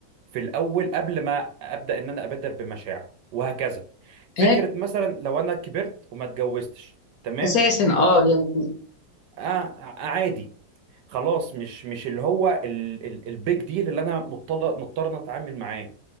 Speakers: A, on the right; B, on the left.
A: في الاول قبل ما ابدا ان انا ابادر بمشاعر وهكذا فكره
B: هيك
A: مثلا لو انا كبرت وما اتجوزتش تمام
B: اساسا اه يعني
A: آه آه، عادي خلاص مش مش اللي هو البيج ديل اللي انا مضطر مضطر إن أنا اتعامل معاه